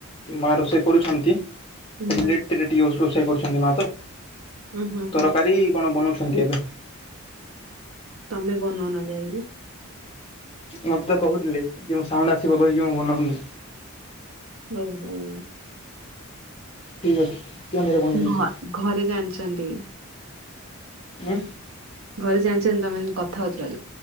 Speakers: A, on the left (about 25°); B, on the right (about 80°).
A: ମା ରୋଷେଇ କରୁଛନ୍ତି,
B: ହୁଁ
A: ଲେଟ ରୋଷେଇ କରୁଛନ୍ତି ମା ତ
B: ହୁଁ ହୁଁ ହୁଁ
A: ତରକାରୀ କଣ ବନାଉଛନ୍ତି ଏବେ।
B: ତମେ ବନଉନ ଯାଇକି।
A: ମତେ ତ କହୁଥିଲେ ଯେ ମୁଁ ସାଉଣ୍ଡ ଆସିବ କହିକି ମୁଁ ବନଉନି।
B: ହଉ ହଉ।
A: ଠିକ୍ ଅଛି। ପିଅନରେ ବନେଇ ଦଉଛି
B: ଘ ଘରେ ଜାଣିଛନ୍ତି।
A: ଉଁ
B: ଘରେ ଜାଣିଛନ୍ତି ତମେ ଏମତୀ କଥା ହଉଛ।